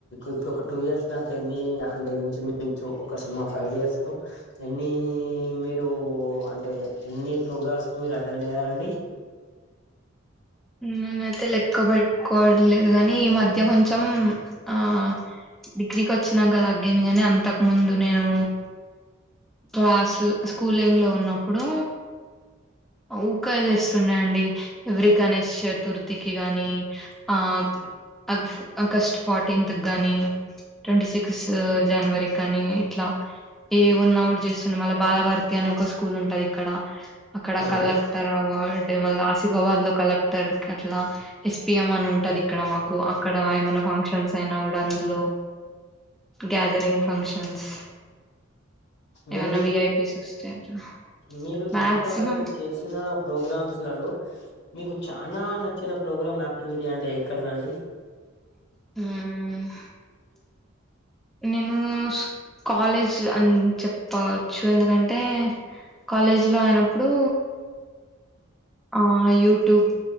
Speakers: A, on the left; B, in the centre.
A: ఇప్పుడు ఒక టూ ఇయర్స్ బ్యాక్ ఎన్ని అంటే ఇంచు మించు ఒక సుమారు ఫైవ్ ఇయర్స్ లో ఎన్ని మీరు అంటే ఎన్ని ప్రోగ్రామ్స్ కు మీరు అటెండ్ అయ్యారండి
B: నేనైతే లెక్క పెట్టుకోవట్లేదు గాని ఈ మధ్య కొంచెం ఆ డిగ్రీకి వచ్చినాంకా తగ్గింది కాని అంతకు ముందు నేను క్లాస్ స్కూలింగ్ లో ఉన్నప్పుడు ఇంకా చేస్తున్నా అండి ఎవరి గణేష్ చతుర్థికి గాని ఆ ఆగ్ ఆగస్టు ఫోర్టీన్త్ కి గానీ ట్వంటీ సిక్స్త్ జనవరి కానీ ఇట్లా ఏ ఉన్నా ఒకటి చేస్తుండే మళ్ళ బాలభారతి అనే ఒక స్కూల్ ఉంటది ఇక్కడ అక్కడ
A: అవును
B: కలక్టర్ అవార్డ్ మళ్ళ ఆసిఫాబాద్ లో కలక్ క్టర్ అట్లా ఎస్పిఎం అని ఉంటది ఇక్కడ మాకు అక్కడ ఏమన్నా ఫంక్షన్స్ అయినా కూడా అందులో గ్యాదరింగ్ ఫంక్షన్స్ ఏవనా
A: మీరు
B: విఐపిస్ వస్తే అట్లా
A: మీరు
B: మాక్సిమం
A: ఇంతవరకు చేసిన ప్రోగ్రామ్స్లలో మీకు చానా నచ్చిన ప్రోగ్రామ్ యాక్టివిటీ అంటే ఎక్కడదండి
B: ఉమ్ నేను కాలేజ్ అని చెప్పచ్చు ఎందుకంటే కాలేజీ లో అయినప్పుడు ఆ యూట్యూబ్